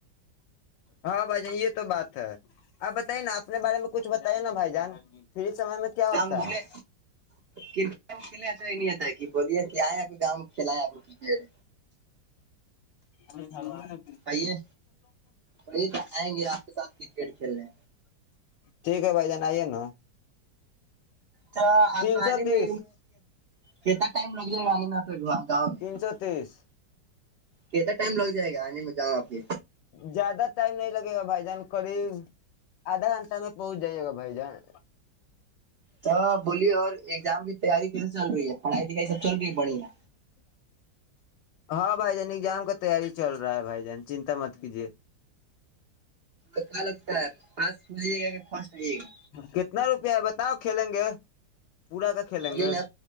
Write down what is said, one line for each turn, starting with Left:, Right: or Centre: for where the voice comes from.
Left: ہاں بھائی جان یہ تو بات ہے آپ بتائیے نا اپنے بارے میں کچھ بتائیے نا بھائی جان پھر سمے میں کیا ہوتا
Right: ہم بولے
Left: ہے
Right: کرکٹ کھیل تھا یہ نہیں آتا کہ بوولے کہ آئے اپ گاؤں میں کھیلا ہے آپ کرکٹ
Left: ہ
Right: کہیے وہی تو آئیں گے آپ کے ساتھ کرکٹ کھیلنے
Left: ٹھیک ہے بھائی جان آئیے نا
Right: تو آپ
Left: تین سو
Right: آنے
Left: تیس
Right: میں میںتا ٹم لگ ج گ میں گاؤں میں
Left: تین سو تیس
Right: کتنا ٹائم لگ جائے گا آنے میں جاؤں آپ یہ
Left: زیادہ ٹائم نہیں لگے گا بھ جان قریب آدھا گھنٹہ میں پہنچ جائیے گا بھ جان
Right: تو بولیے اور ایگزام کی تیاری کیسے چل رہی ہے پڑھائی لکھائی سب چل رہی ہے بڑھیا
Left: ہاں بھائی جان ایگزام کا تاری چ رہ ہے بھائی جان چنتا مت کیجے
Right: کیا لگتا ہے پاس ہو جائیے گا کہ فرسٹ آئیے گا
Left: کتنا روپیہ ہے بتاؤ کھیلیں گے پورا کا کھیلیں
Right: بولیے
Left: گے
Right: نا